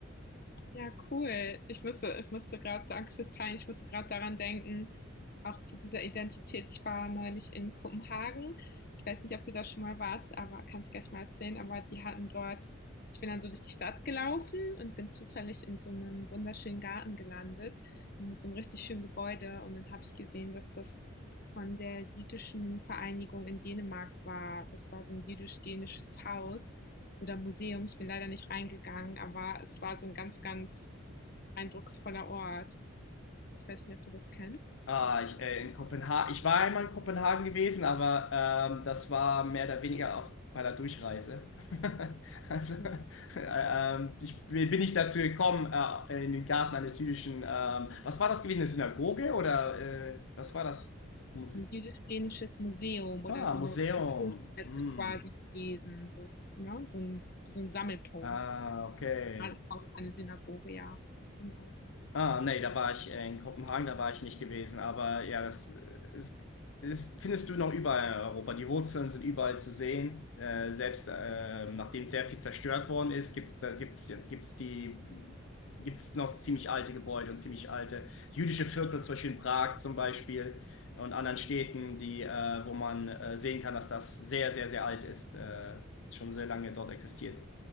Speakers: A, on the left; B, on the left.
A: Ja, cool. Ich musste, ich musste gerade, danke fürs Teilen, ich musste gerade daran denken, auch zu dieser Identität. Ich war neulich in Kopenhagen. Ich weiß nicht, ob du da schon mal warst, aber kannst gleich mal erzählen. Aber die hatten dort, ich bin dann so durch die Stadt gelaufen und bin zufällig in so einem wunderschönen Garten gelandet mit so einem richtig schönen Gebäude. Und dann habe ich gesehen, dass das von der jüdischen Vereinigung in Dänemark war. Das war so ein jüdisch-dänisches Haus oder Museum. Ich bin leider nicht reingegangen, aber es war so ein ganz, ganz eindrucksvoller Ort. Ich weiß nicht, ob du das kennst.
B: Ah, ich, äh, in Kopenhagen. Ich war einmal in Kopenhagen gewesen, aber ähm, das war mehr oder weniger auf, bei der Durchreise. <laughs> Also,
A: Ja.
B: äh, ähm, ich bin nicht dazu gekommen, äh, in den Garten eines jüdischen. ähm, was war das gewesen? Eine Synagoge oder äh, was war das? Muse
A: Ein jüdisch-plenisches Museum oder
B: ah,
A: so eine
B: Museum.
A: Kulturstätte
B: Hm.
A: quasi gewesen. So, ne? so, ein, so ein Sammelpunkt.
B: Ah, okay.
A: Alles aus einer Synagoge, ja. Genau.
B: Ah, nee, da war ich äh, in Kopenhagen, da war ich nicht gewesen, aber ja, das äh, ist, ist, findest du noch überall in Europa. Die Wurzeln sind überall zu sehen. Äh, selbst äh, nachdem sehr viel zerstört worden ist, gibt's da gibt's, ja- gibt's die, gibt's noch ziemlich alte Gebäude und ziemlich alte jüdische Viertel, zum Beispiel in Prag zum Beispiel und anderen Städten, die, äh, wo man äh, sehen kann, dass das sehr, sehr, sehr alt ist, äh, schon sehr lange dort existiert,